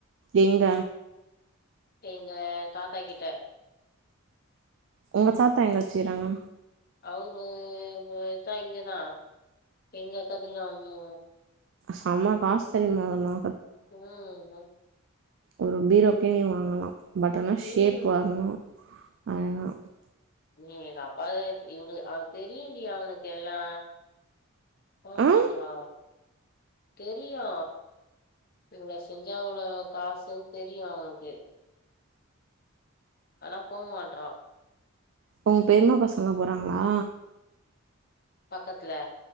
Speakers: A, on the right (about 55°); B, on the left (about 45°).
A: எங்க
B: எங்க தாத்தா கிட்ட
A: உங்க தாத்தா எங்க வெச்சிகிறாங்க
B: அவரு இதா இங்கதா எங்க கதிர்காமு
A: செம காசு தெரியுமா இதெல்லா
B: உம்
A: ஒரு பீரோகே நீ வாங்கலா பட் ஆனா
B: ம்
A: ஷேப் வரணும் ஆயமா
B: ஏ ன்னாப்பா இவனு ஆஹ் தெரியுண்டி அவனுக்கு எல்லா ஆமான்றா
A: ஆ
B: தெரியு இவ்ளோ செஞ்சா அவ்ளோ காசுன்னு தெரியு அவனுக்கே ஆனா போ மாட்றா
A: உங் பெரிமா பசங்கல்லா போறாங்ளா
B: பக்கத்துல